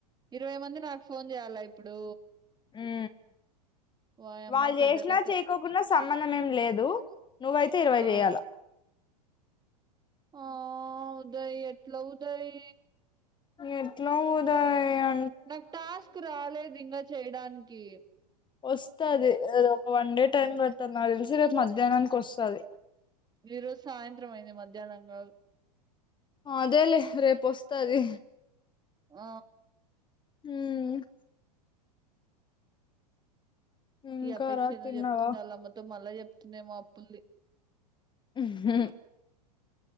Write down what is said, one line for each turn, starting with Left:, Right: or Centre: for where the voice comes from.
Right: ఇరవై మంది నాకు ఫోన్ చేయాలా ఇప్పుడు
Left: ఉ
Right: వాయమ్మ
Left: వాళ్ళు
Right: పెద్ద
Left: చేసినా
Right: కథే
Left: చేయకోకుండా సంబంధం ఏం లేదు. నువ్వయితే ఇరవై
Right: ఆ
Left: చేయాల
Right: ఆ ఉదయ్ ఎట్ల ఉదయి
Left: ఎట్లా ఉదయ్ అయ్యా
Right: నాకు టాస్క్ రాలేదింగజ్ చేయడానికి
Left: వస్తాది ఒక వన్ డే టైమ్ పడతాది. నాకు తెలిసి రేపు మధ్యాహ్నానికి వస్తాది.
Right: ఈరోజు సాయంత్రం అయింది మధ్యాహ్నంగాదు.
Left: ఆ అదేలే రేపు వస్తతాది
Right: ఆ
Left: ఉమ్ ఇంకా
Right: ఈ అపేక్షను
Left: రా తిన్నావా
Right: చెప్తుంది అలామ్మతో మళ్ళా చెప్ తుందేమో అప్పులుది
Left: ఊహ్మ్